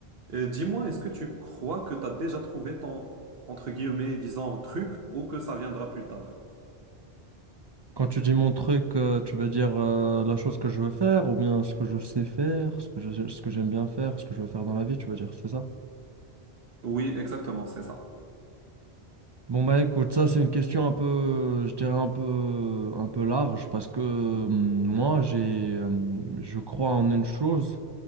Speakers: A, on the right (about 65°); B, on the right (about 40°).
A: Euh, dis-moi, est-ce que tu crois que tu as déjà trouvé ton, entre guillemets, disons, truc ou que ça viendra plus tard?
B: Quand tu dis mon truc, euh, tu veux dire euh, la chose que je veux faire ou bien ce que je sais faire, ce que je, ce que j'aime bien faire, ce que je veux faire dans la vie, tu veux dire, c'est ça?
A: Oui, exactement, c'est ça.
B: Bon bah écoute, ça c'est une question un peu, je dirais un peu, un peu large parce que hum, moi j'ai, hum, je crois en une chose,